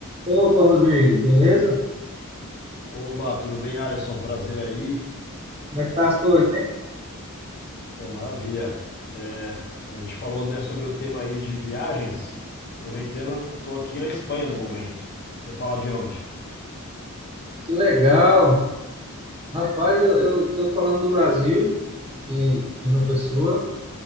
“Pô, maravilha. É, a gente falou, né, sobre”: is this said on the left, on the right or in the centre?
Left